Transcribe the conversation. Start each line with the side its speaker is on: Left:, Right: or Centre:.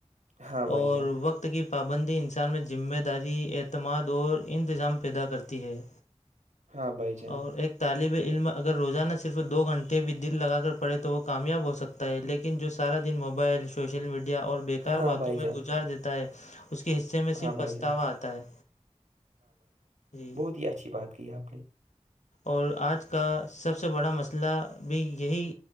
Right: ہاں
Left: اور
Right: بھائی جان
Left: وقت کی پابندی انسان میں ذمہ داری اعتماد اور انتظام پیدا کرتی ہے
Right: ہاں بھائی جان
Left: اور ایک طالب علم اگر روزانہ صرف دو گھنٹے بھی دل لگا کر پڑھے تو وہ کامیاب ہو سک تا ہے لیکن جو سارا دن موبائل سوشل میڈیا اور بیکار
Right: ہاں
Left: باتوں
Right: بھائی جان
Left: میں گزار دیتا ہے اس کے حصے میں
Right: ہاں
Left: صرف
Right: بھائی
Left: پچھتاوا
Right: جان
Left: آتا ہے جی
Right: جی اچھی بات ہے کی آپنی
Left: اور آج کا سب سے بڑا مسلہ بھی یہی